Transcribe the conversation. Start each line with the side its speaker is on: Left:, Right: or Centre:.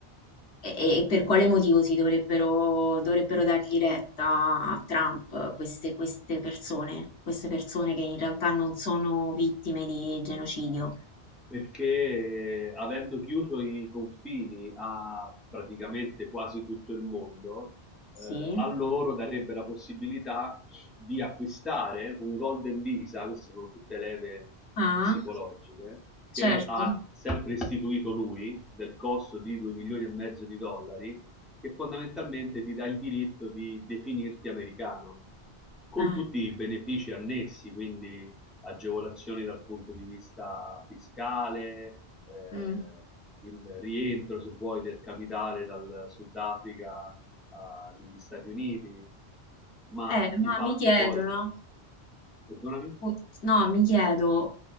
Left: E, e per quale motivo si dovrebbero, dovrebbero dargli retta a Trump queste, queste persone, queste persone che in realtà non sono vittime di genocidio?
Centre: perché avendo chiuso i confini a praticamente quasi tutto il mondo,
Left: Sì.
Centre: eh, a loro darebbe la possibilità di acquistare un Golden Visa, queste sono tutte leve
Left: Ah,
Centre: psicologiche, che
Left: certo.
Centre: ha sempre istituito lui, del costo di 2 milioni e mezzo di dollari, che fondamentalmente ti dà il diritto di definirti americano, con
Left: Eh,
Centre: tutti i benefici annessi, quindi agevolazioni dal punto di vista fiscale, eh,
Left: mm.
Centre: il rientro, se vuoi, del capitale dal Sudafrica eh, negli Stati Uniti, ma
Left: Eh,
Centre: di
Left: ma
Centre: fatto
Left: mi chiedono.
Centre: poi, perdonami,
Left: Oh, No, mi chiedo